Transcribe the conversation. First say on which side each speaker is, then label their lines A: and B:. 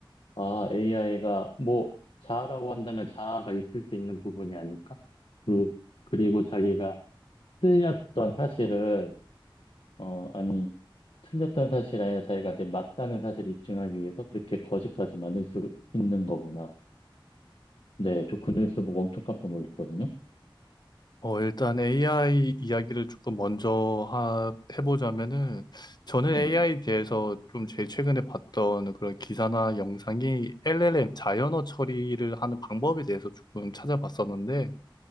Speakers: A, on the left (about 70°); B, on the left (about 50°).
A: 아, AI가 뭐, 자아라고 한다면 자아가 있을 수 있는 부분이 아닐까? 그리고, 그리고 자기가 틀렸던 사실을, 어, 아니, 틀렸던 사실이 아니라 자기가 이제 맞다는 사실을 입증하기 위해서 그렇게 거짓까지 만들 수 있는 거구나. 네, 저 그 뉴스 보고 엄청 깜짝 놀랐거든요.
B: 어, 일단 AI 이야기를 조금 먼저 하, 해보자면은, 저는 AI에
A: 네,
B: 대해서 좀 제일 최근에 봤던 그런 기사나 영상이 LLM, 자연어 처리를 하는 방법에 대해서 조금 찾아봤었는데,